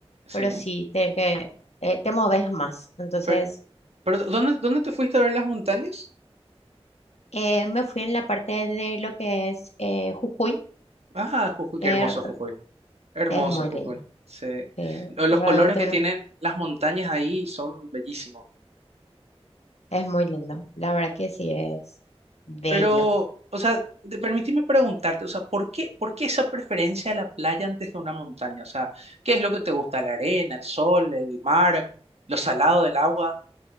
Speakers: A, on the right; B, on the left.
A: sí.
B: Pero sí, te, que, eh, te moves más. Entonces...
A: Pero, pero ¿dónde, dónde te fuiste a ver las montañas?
B: Eh, me fui en la parte de lo que es eh, Jujuy.
A: Ah, Jujuy, qué
B: Er-
A: hermoso Jujuy. Hermoso
B: es muy
A: Jujuy.
B: lindo.
A: Sí.
B: eh,
A: Lo- Los
B: realmente
A: colores que
B: no,
A: tienen las montañas ahí son bellísimos.
B: es muy lindo. La verdad que sí es bello.
A: Pero, o sea, de- permíteme preguntarte, o sea, ¿por qué, por qué esa preferencia a la playa antes de una montaña? O sea, ¿qué es lo que te gusta? ¿La arena, el sol, el mar, lo salado del agua?